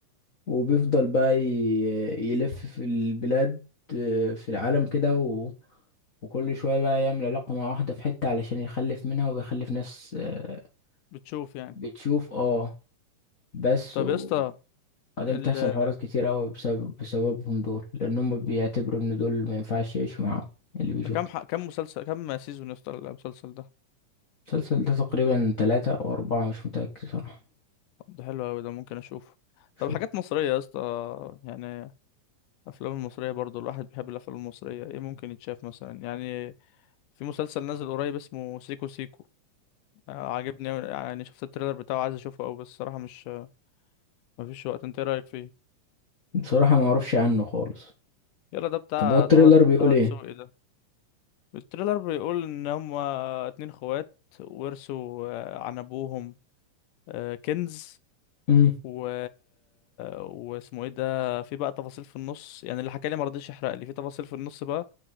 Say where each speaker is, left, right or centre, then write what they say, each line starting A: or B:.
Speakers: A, on the left; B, on the left.
A: وبيفضل بقى ي- يلف في البلاد آه، في العالم كده و... وكل شوية بقى يعمل علاقة مع واحدة في حتة علشان يخلف منها وبيخلف ناس آه،
B: بتشوف يعني
A: بتشوف اه بس
B: طب
A: وبعدين
B: يا اسطى ال...
A: بتحصل حوارات كتير أوي بسبب بسببهم دول لأن هم بيعتبروا إن دول ما ينفعش يعيشوا معاهم اللي بيشوفوا
B: ده كام ح... كام مسلسل كام سيزون يا اسطى المسلسل ده
A: المسلسل ده تقريبا تلاتة أو أربعة مش متأكد صراحة
B: ده حلو قوي ده ممكن اشوفه طب
A: شوف
B: حاجات مصريه يا اسطى يعني الافلام المصريه برضو الواحد بيحب الافلام المصريه ايه ممكن يتشاف مثلا يعني في مسلسل نازل قريب اسمه سيكو سيكو آه، عاجبني أوي، يعني شفت التريلر بتاعه عايز اشوفه أوي بس الصراحه مش مفيش وقت انت ايه رايك فيه
A: بصراحة ما أعرفش عنه خالص
B: يلا ده بتاع
A: طب هو التريلر
B: طه
A: بيقول
B: طه
A: إيه؟
B: دسوقي ده التريلر بيقول ان هما اتنين اخوات ورثوا آه، عن ابوهم آه، كنز
A: امم
B: و... واسمه ايه ده في بقى تفاصيل في النص يعني اللي حكى لي ما رضيش يحرق لي في تفاصيل في النص بقى